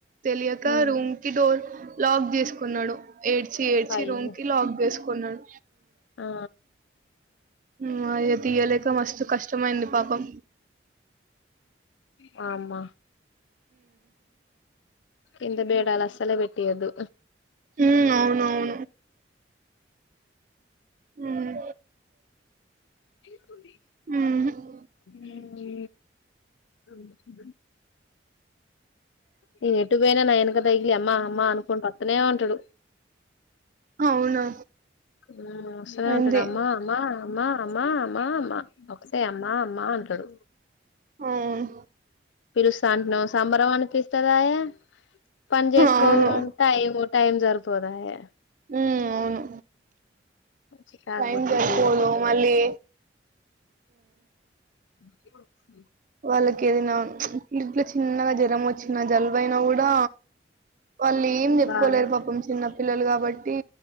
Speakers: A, on the right; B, on the left.
A: తెలియక ఇ
B: ఉమ్
A: రూమ్ కి డోర్ లాక్ చేసుకున్నాడు ఏడ్చి ఏడ్చి
B: అయ్యో
A: రూమ్ కి లాక్ చేసుకున్నాడు
B: ఆ
A: మ్ అయ్యొ తియ్యలేక మస్తు కష్టమైంది పాపం
B: వామ్మ ఇంద బేడాల సలవ్ పెట్టీయ్యొద్ధు
A: ఉమ్ అవునఅవును మ్..
B: కు <unintelligible>
A: మ్
B: మ్.... బ బ <unintelligible> నువు ఎటు పోయినా న ఇక డ్తెలీ అమ్మా అమ్మా అనుకుంట లేవంటడు
A: అవునా
B: మ్ వ‍స్తూనే
A: అంతే
B: ఉంటడు అమ్మా అమ్మా అమ్మా అమ్మా అమ్మా అమ్మా ఒకటే అమ్మా అమ్మా అంటారు
A: మ్...
B: పిలుస్తాంట ను సంబరం నికి ఇత్తదాయా పని చేసుకో
A: అవును
B: టైము టైం సరిపోదాయె
A: ఉమ్.. అవును
B: చికాకు
A: టైం
B: పుట్టిద్ది
A: సరిపోదు
B: ఒక్కొక్కసారి
A: మళ్ళీ
B: మ్
A: వాళ్ళకి ఎదినా ఇ ఇంట్లో చిన్నగా జ్వరం వచ్చిన జలుబైన కూడా వాళ్ళు ఏం చెప్పుకోలేరు
B: బాగా
A: పాపం చిన్న పిల్లలు కాబట్టి